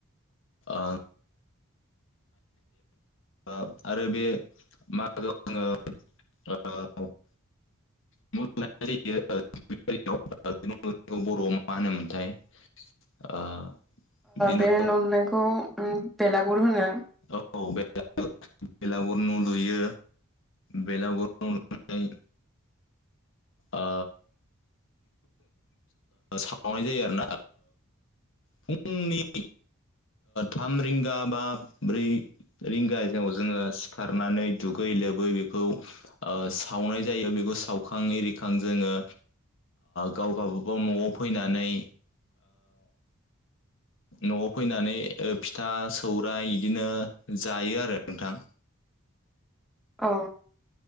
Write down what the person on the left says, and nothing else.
ओ ओ आरो बे मागोआव जोङो ओ <unintelligible> <unintelligible> बर'आव मा होनोमोनथाय ओ बिदिनो
औ बेलागुर बेलागुर न' लुयो बेलागुर न' लुनानै ओ सावनाय जायो आरोना फुंनि थाम रिंगा बा ब्रै रिंगायाव जोङो सिखारनानै दुगै लोबै बेखौ सावनाय जायो बेखौ सावखां एरिखां जोङो गाव गबागाव न'आव फैनानै न'आव फैनानै फिथा सौराइ बिदिनो जायो आरो नोंथां